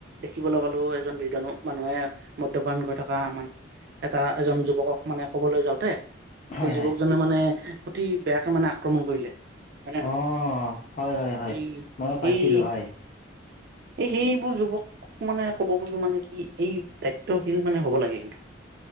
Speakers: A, on the right; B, on the left.
A: দেখিবলৈ পালো এজন বৃদ্ধানু, মানুহে মদ্যপান কৰি থকা মান এটা এজন যুৱকক মানে ক'বলৈ যাওঁতে,
B: হয়
A: সেই যুৱকজনে
B: হয়
A: মানে অতি বেয়াকে মানে আক্ৰমণ কৰিলে। হয় নে নহয়
B: অ হয় হয় হয়
A: এই
B: ময়ো
A: সেই
B: পাইছিলোঁ হয়।
A: এই সেইবোৰ যুৱকক মানে ক'ব খোজো মানে কি, এই দায়িত্বশীল মানে হ'ব লাগে কিন্তু।